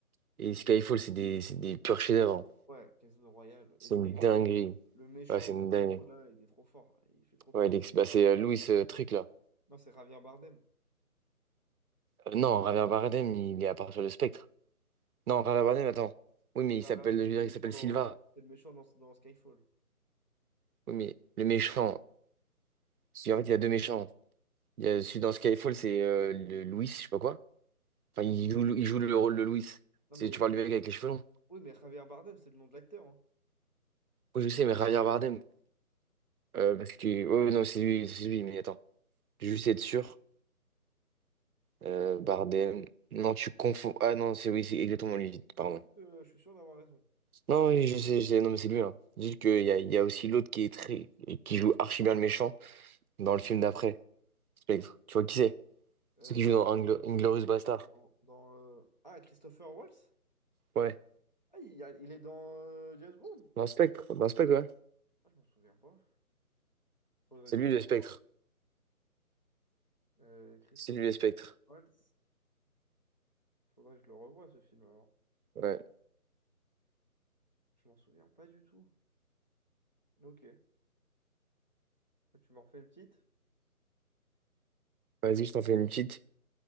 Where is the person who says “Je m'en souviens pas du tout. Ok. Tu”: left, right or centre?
Left